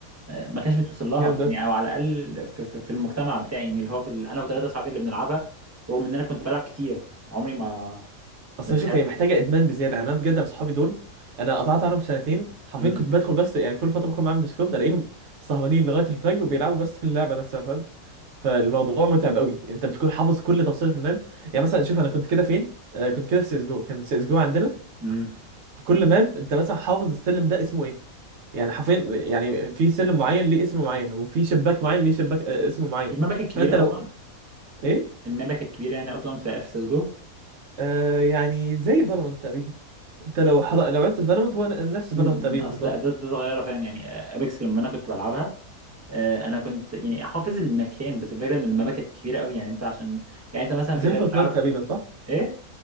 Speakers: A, on the right; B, on the right.
A: آه، ما كانش بتوصل لها
B: جامد
A: يعني
B: اوي
A: او على الاقل في, في, في المجتمع بتاعي يعني اللي هو في ال- انا وثلاثه اصحابي اللي بنلعبها رغم ان انا كنت بلعب كتير عمري ما
B: اصل
A: ما تخيلت
B: شوف هي محتاجه ادمان بزياده يعني انا بجد انا اصحابي دول انا قطعت عنهم سنتين حرفيا
A: امم
B: كنت بدخل بس يعني كل فتره بدخل معاهم ديسكورد الاقيهم سهرانين لغايه الفجر وبيلعبوا بس <laughs> اللعبه نفسها فاهم فالموضوع متعب قوي انت بتكون حافظ كل تفصيله في الماب يعني مثلا شوف انا كنت كده فين آه كنت كده في سيس جو كان سيس جو عندنا
A: امم
B: في كل ماب انت مثلا حافظ السلم ده اسمه ايه يعني حرفيا يعني في سلم معين ليه اسم معين وفي شباك معين ليه شباك آه اسم معين
A: المبكة الكبيرة
B: فانت لو
A: أصلا
B: ايه
A: المبكة الكبيرة يعني أصلا في في سيسجو
B: آه يعني زي فالورانت تقريبا انت لو حض... لو عدت فالورانت هو نفس فالورانت
A: امم
B: تقريبا
A: أصل
B: بالظبط
A: ده ده صغيرة فاهم يعني أبيكس لما أنا كنت بلعبها آه، انا كنت يعني حافظ المكان بس الفكره ان المابا كانت كبيره قوي يعني انت عشان يعني انت مثلا
B: زي
A: في فالو
B: فورتنايت
A: تعرف
B: تقريبا صح
A: ايه